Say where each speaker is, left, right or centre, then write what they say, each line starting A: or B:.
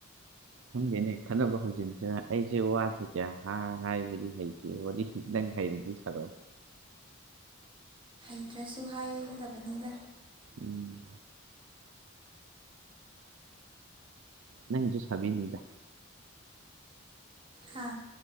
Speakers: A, on the right; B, on the right.
A: ꯈꯪꯗꯦꯅꯦ ꯈꯜꯂꯕ ꯍꯧꯖꯤꯛꯁꯤꯗ ꯑꯩꯁꯦ ꯋꯥꯁꯦ ꯀꯌꯥ ꯍꯥꯏ ꯍꯥꯏꯕꯗꯤ ꯍꯩꯇꯦ ꯍꯥꯏꯥꯏꯔꯤꯗꯤ ꯁꯔꯣ
B: ꯑꯦꯗ꯭ꯔꯦꯁꯁꯨ ꯍꯥꯏꯒꯗꯕꯅꯤꯗ
A: ꯎꯝ ꯅꯪꯁꯨ ꯁꯕꯤꯗ
B: ꯍꯥꯥ